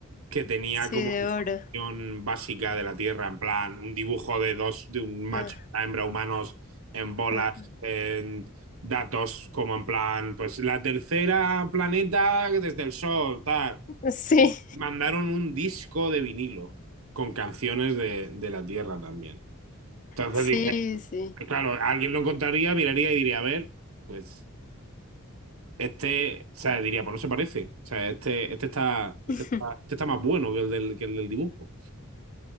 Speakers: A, on the right; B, on the left.
A: que tenía
B: sí,
A: como
B: de
A: información
B: oro.
A: básica de la Tierra, en plan, un dibujo de dos, de un macho
B: Ah,
A: y una hembra humanos en bolas,
B: ajá.
A: en datos como en plan, pues la tercera planeta desde el Sol, tal.
B: Sí,
A: Y mandaron un disco de vinilo con canciones de, de la Tierra también. Entonces
B: sí,
A: dije, pues
B: sí.
A: claro, alguien lo encontraría, miraría y diría, a ver, pues este, o sea, diría, pues no se parece. O sea, este, este está, este
B: <laughs>
A: está, este está más bueno que el del, que el del dibujo.